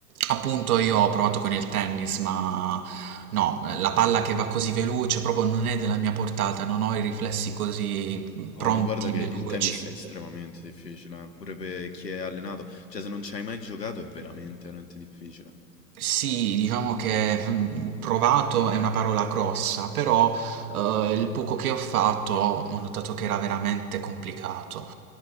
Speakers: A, on the right; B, on the left.
A: appunto io ho provato con il tennis, ma no, la palla che va così veloce proprio non è della mia portata, non ho i riflessi così
B: No,
A: pronti,
B: ma guarda che
A: veloci.
B: il tennis è estremamente difficile, eh, Pure per chi è allenato. Cioè, se non ci hai mai giocato è veramente, veramente difficile.
A: Sì, diciamo che mm, provato è una parola grossa, però eh, il poco che ho fatto ho notato che era veramente complicato.